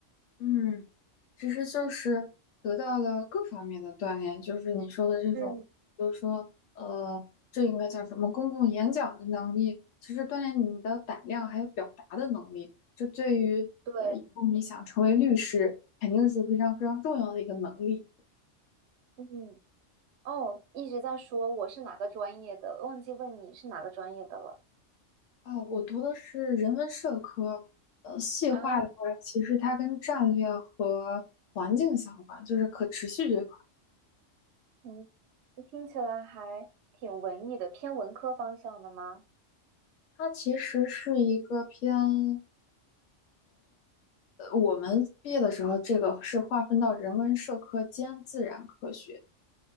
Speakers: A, on the left; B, on the right.
A: 嗯，其实就是得到了各方面的锻炼，就是你说的这种，
B: 嗯，
A: 比如说，呃，这应该叫什么公共演讲的能力，其实锻炼你的胆量还有表达的能力，这对于呃以后你想成为律师，
B: 对，
A: 肯定是非常非常重要的一个能力
B: 嗯，哦，一直在说我是哪个专业的，忘记问你是哪个专业的了
A: 啊。我读的是人文社科，呃，细化的话，
B: 啊。
A: 其实它跟战略和环境相关，就是可持续这一块儿，
B: 嗯，听起来还挺文艺的，偏文科方向的吗？
A: 它其实是一个偏。呃我们毕业的时候，这个是划分到人文社科兼自然科学。